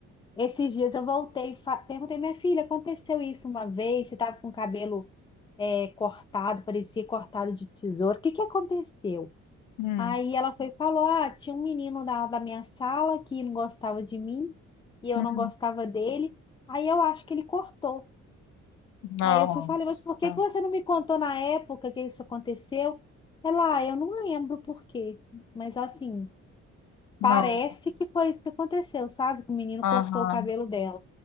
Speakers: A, on the left (about 15°); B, on the left (about 80°).
A: esses dias eu voltei, e fa- perguntei, minha filha, aconteceu isso uma vez? Você estava com o cabelo é, cortado, parecia cortado de tesoura. O que que aconteceu?
B: Hum,
A: Aí ela foi e falou: Ah, tinha um menino da, da minha sala que não gostava de mim e eu
B: hum.
A: não gostava dele. Aí eu acho que ele cortou.
B: nossa,
A: Aí eu fui e falei, mas por que que você não me contou na época que isso aconteceu? Ela, ah, eu não lembro por quê. Mas assim,
B: nossa,
A: Parece que foi isso que aconteceu, sabe? Que o menino
B: aham,
A: cortou o cabelo dela.